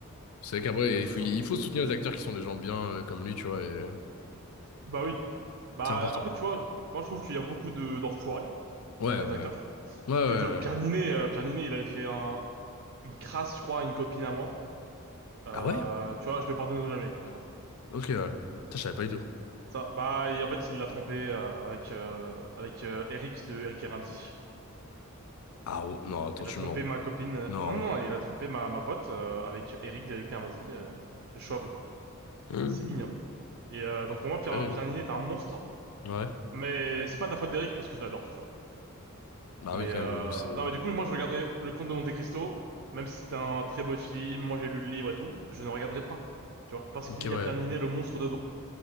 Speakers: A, on the left (about 75°); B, on the right (about 60°).
A: C'est vrai qu'après,
B: Ouais, c'est
A: il faut,
B: ça,
A: il
B: moi
A: faut
B: je...
A: soutenir les acteurs qui sont des gens bien euh, comme lui, tu vois. et, euh,
B: Bah oui. Bah
A: c'est important.
B: après, tu vois, je- moi je trouve qu'il y a beaucoup de d'enfoirés
A: Ouais,
B: dans
A: ouais.
B: les
A: Ouais,
B: acteurs.
A: ouais. ouais,
B: Que, tu vois,
A: ouais.
B: Pierre Ninet, euh, Pierre Ninet, il avait fait un, une crasse, je crois, à une copine à moi. Euh,
A: Ah ouais?
B: tu vois, je le pardonne jamais, par exemple.
A: Ok, ouais. Putain, je savais pas du tout.
B: Ça, bah et en fait, il l'a trompé euh, avec euh, avec euh, Eric de Eric et Ramzy.
A: Ah oh, non, attends,
B: Il
A: tu
B: a trompé
A: mens.
B: ma copine. euh,
A: Non.
B: Non, non, il a trompé ma, ma pote euh, avec Eric d'Eric et Ramzy, euh, le Schwab, là.
A: Mhm.
B: C'est ignoble. Et euh, donc pour moi, Pierre,
A: Terrible.
B: Pierre Niney est un monstre.
A: Ouais.
B: Mais c'est pas de la faute d'Eric parce que je l'adore, tu vois.
A: Bah
B: Mais
A: oui, quand
B: euh,
A: même, c'est...
B: non, mais du coup, moi je regarderai Le Comte de Monte-Cristo, même si c'était un très beau film, moi j'ai lu le livre et tout, je ne regarderai pas, tu vois, parce
A: Ok,
B: qu'il y
A: ouais.
B: a Pierre Niney, le monstre dedans.